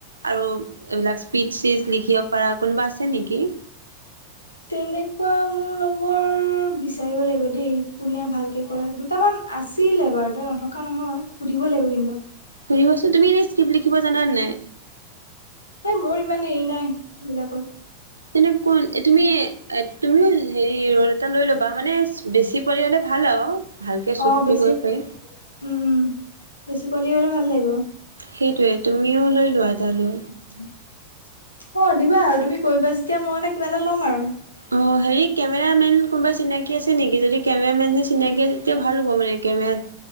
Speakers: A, on the right; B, on the left.
A: আৰু এইবিলাক স্পীচ চিচ লিখিব পৰা কোনোবা আছে নেকি?
B: তেনেকুৱা মোৰ লগৰ বিচাৰিব লাগিব দেই কোনে ভালকে কৰে দুটামান আছিলে বাৰু তে নথকা নহয় সুধিব লাগিব কিন্তু
A: সুধিবচোন তুমি এনেই স্কিপ লিখিব জানানে নাই
B: এই মোৰ ইমান হেৰি নাই হেইবিলাকৰ
A: তেনে কোন তুমি এ তুমিও হেৰি ৰ'লএটা লৈ ল'বা মানে বেছি শিকিবলে হ'লে ভাল আৰু। ভালকে চুটটো
B: অ বেছি
A: কৰিব পাৰি
B: উম উম বেছি পোৱালি হ'লে ভাল লাগিব।
A: সেইটোৱে তুমিও লৈ লোৱা এটা ৰ'ল
B: অ দিবা আৰু তুমি কৰিবা যেতিয়া মই এটা কিবা এটা ল'ম আৰু
A: অ হেৰি কেমেৰামেন কোনোবা চিনাকি আছে নেকি যদি কেমেৰামেন যে চিনাকি আছে তেতিয়া ভাল হ'ব মানে কেমেৰাত